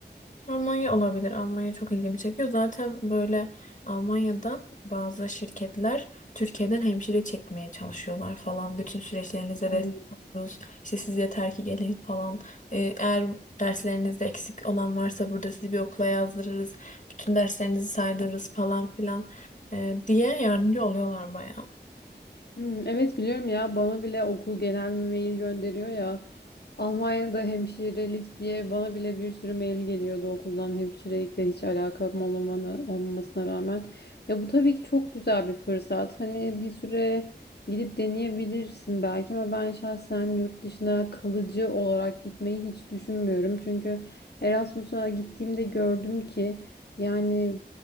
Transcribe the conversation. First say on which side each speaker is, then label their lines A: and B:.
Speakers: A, on the left; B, on the left.
A: Almanya olabilir. Almanya çok ilgimi çekiyor. Zaten böyle Almanya'dan bazı şirketler Türkiye'den hemşire çekmeye çalışıyorlar falan. Bütün süreçlerinize Evet.
B: hı.
A: destek oluyoruz. İşte siz yeter ki gelin falan. Ee, eğer derslerinizde eksik olan varsa burada sizi bir okula yazdırırız. Bütün derslerinizi saydırırız falan filan ee, diye yardımcı oluyorlar bayağı.
B: Hmm, evet biliyorum ya bana bile okul genel mail gönderiyor ya. Almanya'da hemşirelik diye bana bile bir sürü mail geliyordu okuldan hemşirelikle hiç alakam olmamanı, olmamasına rağmen. Ya bu tabii ki çok güzel bir fırsat. Hani bir süre gidip deneyebilirsin belki ama ben şahsen yurt dışına kalıcı olarak gitmeyi hiç düşünmüyorum. Çünkü Erasmus'a gittiğimde gördüm ki yani